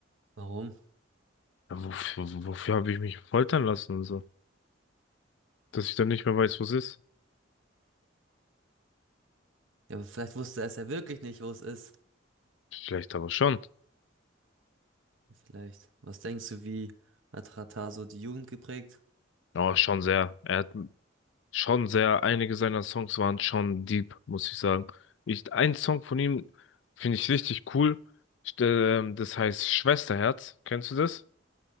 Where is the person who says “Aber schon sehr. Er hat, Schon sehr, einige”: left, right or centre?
Left